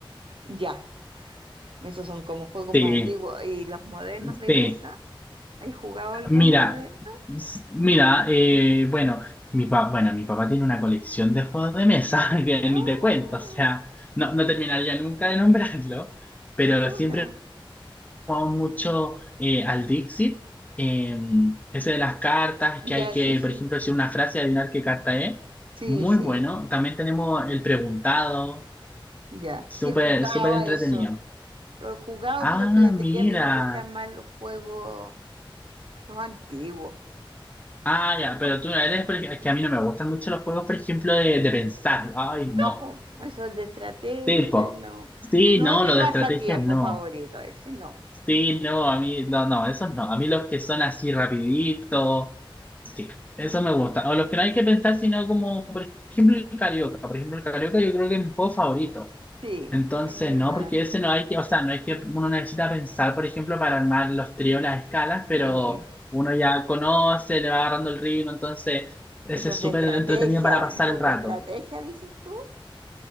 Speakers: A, on the right; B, on the left.
A: Ya, esos son como juegos
B: Sí,
A: más antiguos. ¿Y los modernos
B: sí.
A: de mesa? ¿Hay jugado alguno
B: Mira,
A: moderno?
B: s- mira, eh, bueno, mi pa- bueno, mi papá tiene una colección de juegos de mesa <laughs> que
A: Ah,
B: ni te cuento, o sea, no, no terminaría nunca de nombrarlo, pero
A: chuta.
B: siempre. mucho eh, al Dixit, eh, ese de las cartas,
A: Ya,
B: que hay que,
A: sí, sí.
B: por ejemplo, decir una frase y adivinar qué carta es.
A: Sí,
B: Muy
A: sí,
B: bueno. También tenemos el preguntado,
A: ya.
B: súper,
A: Sí, he jugado
B: súper entretenido.
A: a eso. Lo he jugado,
B: Ah,
A: pero fíjate
B: mira.
A: que a mí me gustan más los juegos, los antiguos.
B: Ah,
A: <laughs>
B: ya,
A: Los
B: pero tú no eres, por ej- que a mí no me gustan mucho los juegos, por ejemplo, de, de pensar. Ay, no.
A: papos, esos de estrategia,
B: Tipo,
A: no.
B: sí,
A: No
B: no,
A: es mi
B: lo
A: pasatiempo
B: de estrategias no.
A: favorito, ese no.
B: Sí, no, a mí, no, no, esos no. A mí los que son así rapidito, sí, eso me gusta. O los que no hay que pensar, sino como, por ejemplo, el Carioca. Por ejemplo, el Carioca yo creo que es mi juego favorito.
A: Sí,
B: Entonces,
A: es verdad.
B: no, porque ese no hay que, o sea, no hay que, uno necesita pensar, por ejemplo, para armar los tríos, las escalas, pero
A: Eh,
B: uno ya conoce, le va agarrando el ritmo, entonces, ese
A: Esos
B: es
A: de
B: súper
A: estrategia,
B: entretenido para pasar
A: esos
B: el rato.
A: de estrategia, dices tú.